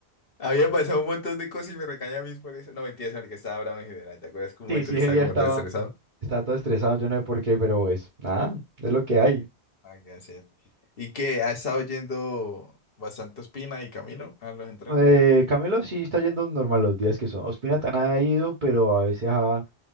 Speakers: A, on the left; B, on the right.
A: Había pasado un montón de cosas y me recaña a mí por eso. No, mentiras, en el que estaba bravo en general. ¿Te acuerdas que un
B: Sí,
A: momento
B: sí,
A: que
B: ese
A: estaba
B: día
A: como
B: estaba,
A: todo estresado?
B: estaba todo estresado, yo no sé por qué, pero pues nada, es lo que
A: Sí.
B: hay.
A: Hay que hacer. ¿Y que ¿Has estado yendo bastante Espina y Camilo a los entrenos?
B: Eh, Camilo sí está yendo normal los días que son. Ospina tan ha ido, pero a veces ha,